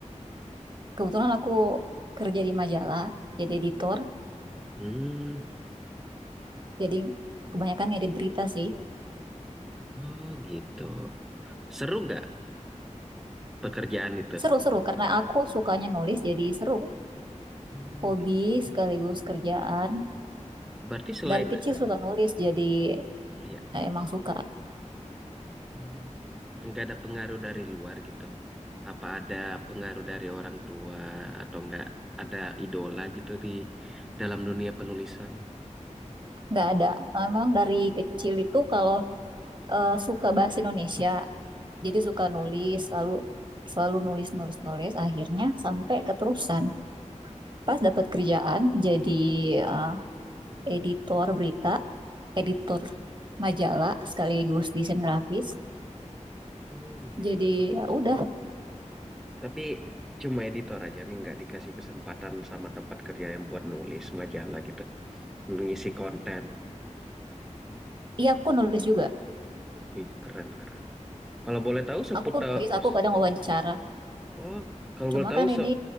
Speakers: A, on the right; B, in the centre.
A: Kebetulan aku kerja di majalah, jadi editor,
B: Hmm,
A: jadi kebanyakan ngedit berita sih.
B: oh gitu. Seru nggak pekerjaan itu?
A: Seru-seru, karena aku sukanya nulis, jadi seru.
B: Hmm,
A: Hobi
B: gitu.
A: sekaligus kerjaan.
B: Berarti selain
A: Dari kecil
B: eh,
A: suka nulis, jadi
B: ya.
A: eh, emang suka.
B: Hmm. nggak ada pengaruh dari luar gitu. Apa ada pengaruh dari orang tua atau nggak ada idola gitu di dalam dunia penulisan?
A: Nggak ada. Memang dari kecil itu kalau eh, suka bahasa Indonesia, Jadi suka nulis, selalu selalu nulis nulis nulis. Akhirnya sampai keterusan. Pas dapat kerjaan jadi eh, editor berita, editor majalah sekaligus desain grafis.
B: Hmm, gitu.
A: Jadi ya udah,
B: Tapi cuma editor aja nih nggak dikasih kesempatan sama tempat kerja yang buat nulis majalah gitu, mengisi konten.
A: iya aku nulis juga.
B: Wih, keren keren. Kalau boleh tahu seputar,
A: Aku nulis, aku kadang wawancara.
B: oh, kalau
A: Cuma
B: boleh tahu
A: kan ini
B: se,